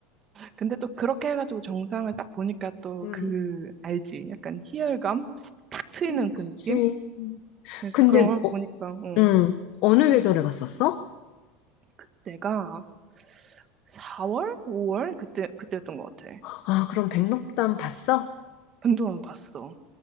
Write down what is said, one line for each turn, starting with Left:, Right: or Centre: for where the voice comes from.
Right: 근데 또 그렇게 해가지고 정상을 딱 보니까 또
Left: 음,
Right: 그, 알지? 약간 희열감? 탁 트이는
Left: 음.
Right: 그
Left: 그치.
Right: 느낌? 예,
Left: 근데,
Right: 그- 그런 걸
Left: 어,
Right: 보니까, 어,
Left: 음, 어느 계절에 갔었어?
Right: 그때가 4월? 5월? 그때, 그때였던 것 같아.
Left: 아, 그럼 백록담 봤어?
Right: 변동은 봤어.